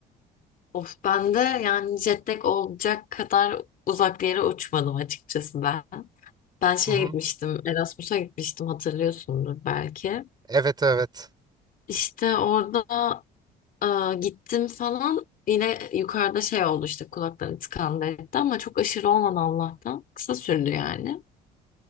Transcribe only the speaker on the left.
Of bende yani jet lag olacak kadar uzak bir yere uçmadım açıkçası ben. Ben şeye
gitmiştim. Erasmus'a gitmiştim hatırlıyorsundur belki.
İşte orada Aa, gittim falan yine yukarıda şey oldu işte kulaklarım tıkandı etti ama çok aşırı olmadı Allah'tan. Kısa sürdü yani.